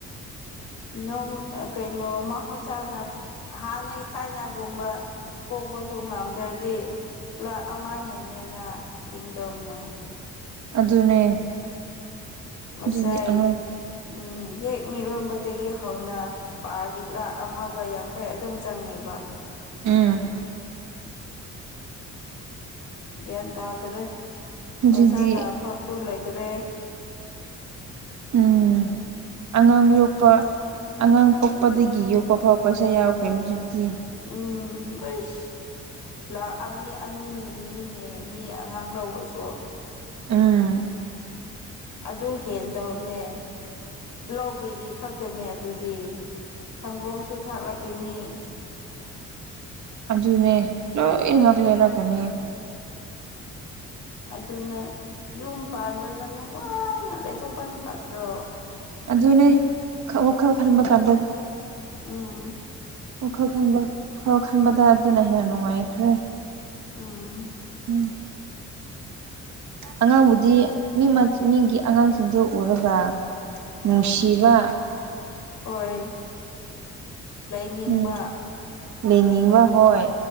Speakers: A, on the left; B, on the right.
A: ꯅꯣꯝ ꯑ ꯀꯩꯅꯣ ꯃꯍꯧꯁꯥꯅ ꯍꯥꯟꯅꯒꯤ ꯊꯥꯏꯅꯒꯨꯝꯕ ꯄꯣꯛꯄꯁꯨ ꯉꯝꯗ꯭ꯔꯗꯤ ꯂꯥꯛ ꯑꯃ ꯍꯦꯟ ꯍꯦꯟꯅ ꯇꯤꯡꯗꯧꯕꯅꯦ
B: ꯑꯗꯨꯅꯦ
A: ꯉꯁꯥꯏ
B: ꯑꯗꯨꯗꯤ ꯑꯉꯥꯡ
A: ꯎꯝ ꯍꯦꯛ ꯃꯤꯔꯣꯟꯕꯗꯒꯤ ꯍꯧꯅ ꯄꯥꯔꯗꯤ ꯂꯥꯛ ꯑꯃꯒ ꯌꯥꯡꯈꯩ ꯑꯗꯨꯝ ꯆꯪꯉꯦꯕ
B: ꯎꯝ
A: ꯒ꯭ꯌꯥꯟ ꯇꯥꯗꯔꯦ
B: ꯍꯧꯖꯤꯛꯇꯤ
A: ꯄꯩꯁꯥ ꯇꯥꯟꯐꯝꯁꯨ ꯂꯩꯇꯔꯦ <inaudible>
B: ꯎꯝ ꯑꯉꯥꯡ ꯌꯣꯛꯄ ꯑꯉꯥꯡ ꯄꯣꯛꯄꯗꯒꯤ ꯌꯣꯛꯄꯐꯥꯎ ꯄꯩꯁꯥ ꯌꯥꯎꯈ꯭ꯔꯦ ꯍꯧꯖꯤꯛꯇꯤ
A: ꯎꯝ ꯍꯩꯁ ꯂꯥꯛ ꯑꯅꯤ ꯑꯅꯤ ꯅꯤꯌꯦꯅꯦ ꯃꯤ ꯑꯉꯥꯡ ꯂꯧꯕꯁꯨ
B: ꯎꯝ
A: ꯑꯗꯨ ꯍꯦꯟꯗꯧꯕꯅꯦ ꯂꯧꯕꯒꯤ ꯈꯛꯇꯅꯦ ꯑꯗꯨꯗꯤ ꯁꯪꯒꯣꯝꯁꯨ ꯊꯥꯛꯂꯛꯀꯅꯤ
B: ꯑꯗꯨꯅꯦ ꯂꯣꯏꯅꯃꯛ ꯂꯩꯔꯛꯒꯅꯤ
A: ꯑꯗꯨꯅ ꯌꯨꯝ ꯄꯥꯟꯗꯅ ꯅꯨꯡꯉꯥꯏꯅ ꯂꯩꯊꯣꯛꯄ ꯐꯗ꯭ꯔꯣ
B: ꯑꯗꯨꯅꯦ ꯋꯥꯈꯟ ꯈꯟꯕ ꯀꯥꯟꯗ
A: ꯑꯝ
B: ꯋꯥꯈꯜ ꯈꯟꯕ ꯈꯔ ꯈꯟꯕꯗ ꯑꯗꯨꯅ ꯍꯦꯟꯅ ꯅꯨꯡꯉꯥꯏꯈ꯭ꯔꯦ
A: ꯑꯝ
B: ꯎꯝ ꯑꯉꯥꯡꯕꯨꯗꯤ ꯃꯤ ꯃꯤꯒꯤ ꯑꯉꯥꯡꯁꯤꯡꯗꯨ ꯎꯔꯒ ꯅꯨꯡꯁꯤꯕ
A: ꯎꯝ ꯍꯣꯏ ꯂꯥꯏꯅꯤꯡꯕ
B: ꯎꯝ ꯂꯩꯅꯤꯡꯕ ꯍꯣꯏ